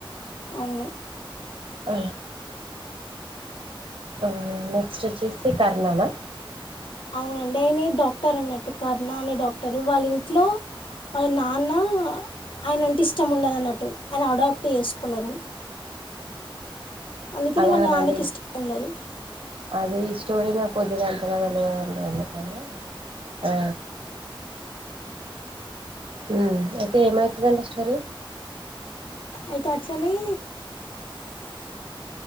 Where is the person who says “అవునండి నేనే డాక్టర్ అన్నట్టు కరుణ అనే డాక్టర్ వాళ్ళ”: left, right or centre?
Left